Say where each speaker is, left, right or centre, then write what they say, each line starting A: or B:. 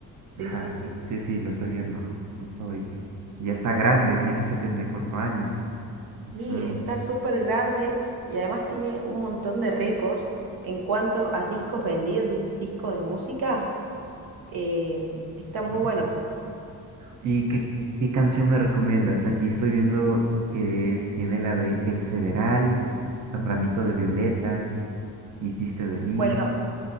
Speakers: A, on the right; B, on the right.
A: Sí,
B: Ajá,
A: sí, sí.
B: sí, sí, lo estoy viendo justo ahorita. Y Ya está grande, tiene 74 años.
A: Sí,
B: Ujú,
A: está súper grande y además tiene un montón de récords en cuanto a discos vendidos, discos de música. eh, está muy
B: ujú.
A: bueno.
B: ¿Y qué, qué canción me recomiendas? Aquí estoy viendo que tiene la de El Federal, Ramito de Violetas, Hiciste de mí.
A: Bueno,